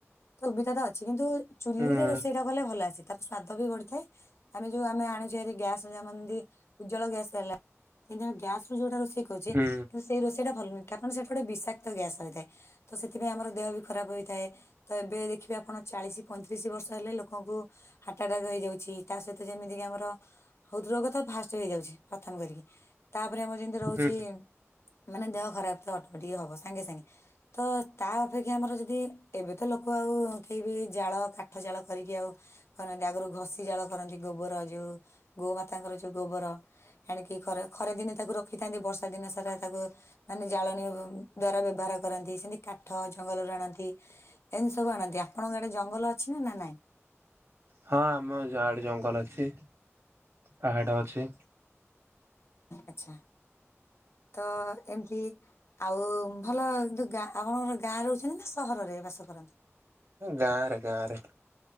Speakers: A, on the left; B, on the right.
A: ତ ସୁବିଧା ତ ଅଛି। କିନ୍ତୁ ଚୁଲି
B: ହୁଁ
A: ରେ ରୋଷେଇ ଟା କଲେ ଭଲ ଆସେ। ତାର ସ୍ଵାଦ ବି ବଢିଥାଏ। ଆମେ ଯୋଉ ଆମେ ଆଣି ତିଆରି ଗ୳୲ସ ଏମାନେ ଯେମିତି ଉଜ୍ଜଳା ଗ୍ୟାସ୍ ହେଲା। ଏଇ ଯେମିତି ଗ୍ୟାସ୍ ରୁ ଯୋଉଟା ରୋଷେ କହୁଛି
B: ହୁଁ
A: କିନ୍ତୁ ସେଇ ରୋଷଟା ଭଲ ନୁହେଁ। କାରଣ ସେଟା ଗୋଟେ ବିଷାକ ଗ୍ୟାସ ହୋଇଥାଏ ତ ସେଥିପାଇଁ ଆମର ଦେହ ବି ଖରାପ ହେଇଥାଏ। ତ ଏବେ ଦେଖିବେ ଆପଣ ଚାଳିଶ ପଇତିରିଶ ବ ଷ ହେଲେ ଲୋକଙ୍କୁ ହାର୍ଟ ଆଟା ହେଇଯାଉଛି। ତା ସହିତ ଯେମିତି କି ଆମର ହୃଦ ରୋଗ ତ ଫାଷ୍ଟ ହେଇଯାଉ ଛି ପ୍ରଥମ କରିକି। ତାପରେ ଆମର ଯେମିତି ରହୁଛି
B: ହୁଁ।
A: ମାନେ ଦେହ ଖରାପ ଅଟୋମଟିକ ହବ। ସ ସାଙ୍ଗେ ସାଙ୍ଗେ ତ ତା ଅପେକ୍ଷା ଆମର ଯଦି ଏବେ ତ ଲୋକ ଆଉ କେହି ବି ଜାଳ କାଠ ଜାଳ କରିକି ଆଉ କରନ୍ତି ଆଗରୁ ଘଷି ଜାଳ କରନ୍ତି। ଗୋବର ଯୋଉ ଗୋମାତାଙ୍କର ଯୋଉ ଗୋବର। ହେଣିକି ଖରା ଖରା ଦିନେ ତାକୁ ରଖିଥାନ୍ତି। ବର୍ଷା ଦିନେ ସାରା ତାକୁ ମାନେ ଜାଳଣୀୟ ଦ୍ଵାରା ବ୍ୟବହାର କରନ୍ତି। ସେମିତି କାଠ ଜଙ୍ଗଲରୁ ଆଣନ୍ତି। ଏମିତି ସବୁ ଆଣନ୍ତି ଆପଣଙ୍କ ଆଡେ ଜଙ୍ଗଲ ଅଛି ନା? ନା ନାଇଁ?
B: ହଁ ଆମ ଯାହାଡେ ଜଙ୍ଗଲ ଅଛି ପାହାଡ ଅଛି।
A: ଆଚ୍ଛା। ତ ଏମିତି ଆଉ ଭଲ ଯୋଉ ଗାଁ ଆପଣଙ୍କର ଗାଁ ରହୁଛନ୍ତି ନା ସହରରେ ବାସ କର। ନ୍ତି।
B: ଗାଁରେ ଗାଁରେ।